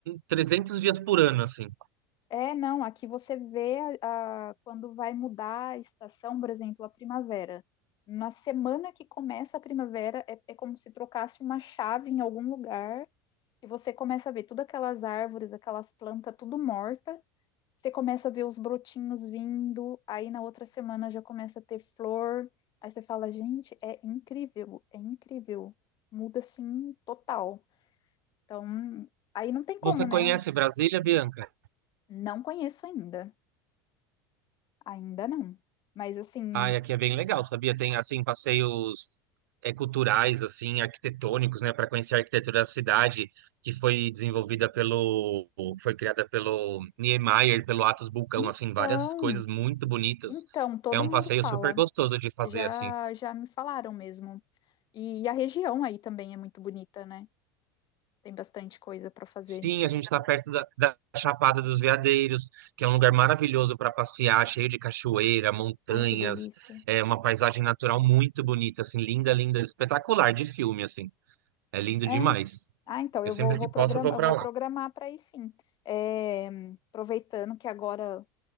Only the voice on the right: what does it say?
300 dias por ano assim.
Você conhece
Brasília, Bianca?
Ai, aqui é bem legal, sabia? Tem assim passeios é, culturais assim, arquitetônicos, né, para conhecer a arquitetura da cidade, que foi desenvolvida pelo foi criada pelo Niemeyer, pelo Atos Bulcão,
assim, várias coisas muito bonitas.
É um
passeio
super gostoso de fazer
assim.
Sim, a gente está perto da, da Chapada dos Veadeiros, que é um lugar maravilhoso para passear, cheio de cachoeira, montanhas,
é uma paisagem natural muito bonita, assim, linda, linda, espetacular de filme, assim. É lindo
demais.
Eu
sempre
que posso
eu vou para
lá.